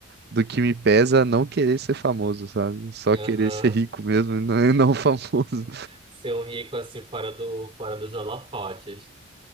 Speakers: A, on the right (about 50°); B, on the right (about 25°).
A: do que me pesa não querer ser famoso, sabe? Só
B: Aham.
A: querer ser rico mesmo e não, <laughs> e não famoso.
B: Ser um rico assim fora do fora dos holofotes.